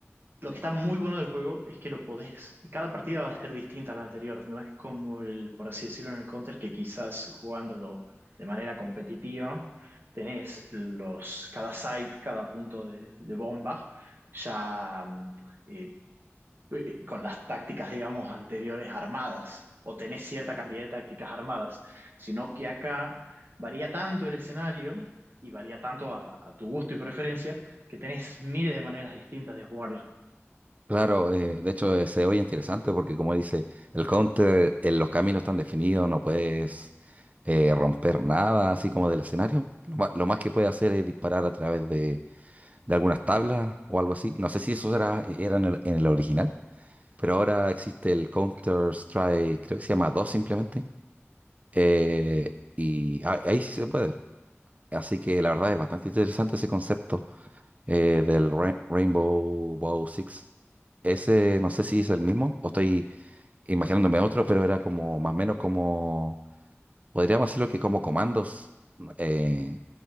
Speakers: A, on the right; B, on the right.
A: lo que está muy bueno del juego es que lo podés. Cada partida va a ser distinta a la anterior. No es como el, por así decirlo, en el Counter, que quizás jugándolo de manera competitiva, tenés los, cada site, cada punto de, de bomba, ya mm, eh, eh, con las tácticas, digamos, anteriores armadas. O tenés cierta cantidad de tácticas armadas. Sino que acá varía tanto el escenario y varía tanto a a tu gusto y preferencia que tenés miles de maneras distintas de jugarlo.
B: Claro, eh, de hecho eh, se oye interesante porque como dice, el counter, eh, los caminos están definidos, no puedes eh, romper nada así como del escenario. Lo, ma- lo más que puedes hacer es disparar a través de algunas tablas o algo así. No sé si eso era, era en el, en el original, pero ahora existe el Counter-Strike, creo que se llama 2 simplemente, eh, y a- ahí sí se puede. Así que la verdad es bastante interesante ese concepto eh, del Ra- Rainbow Bow Six. Ese no sé si es el mismo o estoy imaginándome otro, pero era como más o menos como, podríamos decirlo que como comandos. eh,